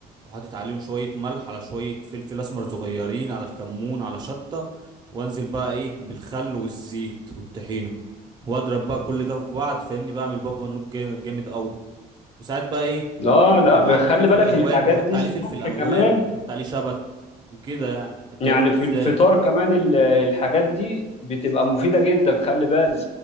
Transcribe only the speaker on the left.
اه لا
خلي
بالك
الحاجات
دي
الصبح
كمان
يعني في
الفطار كمان ال- الحاجات دي بتبقى مفيدة جدا خلي بالك